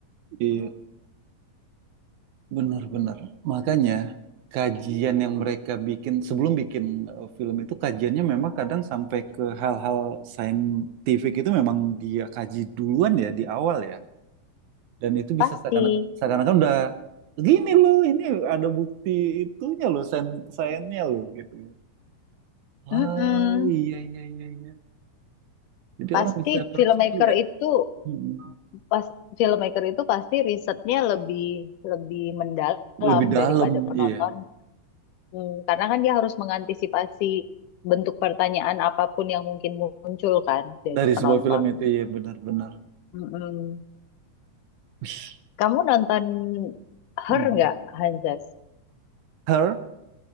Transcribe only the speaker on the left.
Pasti.
Mm-mm.
Pasti
filmmaker itu
pas filmmaker itu pasti risetnya lebih lebih mendalam
daripada penonton.
Hmm, karena kan dia harus mengantisipasi bentuk pertanyaan apapun yang mungkin muncul kan dari
penonton.
Mm-mm.
Kamu nonton Her
nggak, Hanzas?